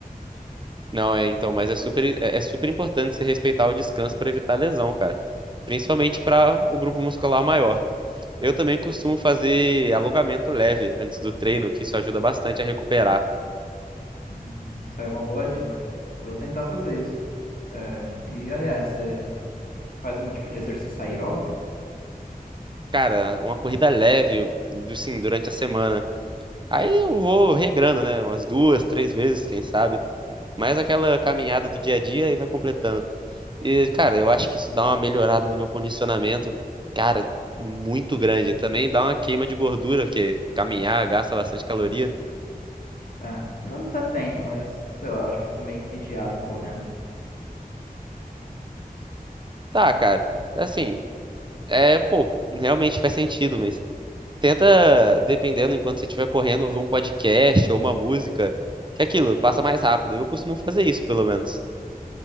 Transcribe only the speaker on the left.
Hum, Saiu uma boa dica. Eu vou tentar fazer isso. É, e aliás, você Faz algum tipo de exercício aeróbico?
Ah, eu até tento, mas sei lá, eu acho que eu fico meio entediado correndo.